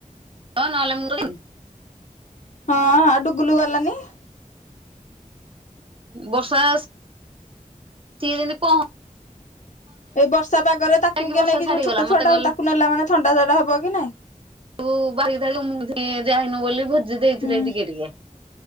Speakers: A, on the right; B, on the left.
A: ହଁ, ନଅଲେ ମୁଁ ତ ଜିମିନି?
B: ହଁ, ଆ ଡୁଗୁଲୁ ଗଲାନି।
A: ବର୍ଷା ଆସ୍ ତି ଦିନ ପହଂ
B: ଏଇ ବର୍ଷା ପାଗରେ ତାକୁ
A: କି
B: କେ
A: ବର୍ଷା
B: ନେଇକି
A: ଛାଡିଗଲା
B: ଯିବ। ଛୋଟ
A: ମତେ
B: ଛୁଆ ଟାକୁ,
A: କହିଲେ
B: ତାକୁ ନେଲା ମାନେ ଥଣ୍ଡା ଜର ହବ କି ନାଇଁ?
A: ବୁ ବାରି ତାରି ମୁଁ, ଯେ ଯାଇନୁ ବୋଲି ଭୋଜି ଦେଇଥିଲେ
B: ହୁଁ
A: ଟିକେ ଟିକେ।